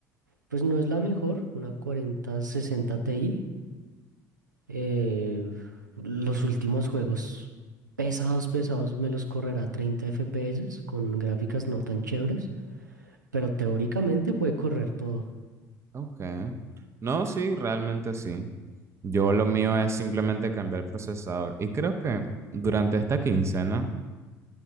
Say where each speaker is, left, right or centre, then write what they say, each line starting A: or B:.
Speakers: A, on the right; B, on the right.
A: pues no es la mejor, una 4060 Ti, Eh, los últimos juegos pesados, pesados, me los correrá a 30 FPS con gráficas no tan chéveres, pero teóricamente puede correr todo.
B: Ok. No, sí, realmente sí. Yo lo mío es simplemente cambiar el procesador. Y creo que durante esta quincena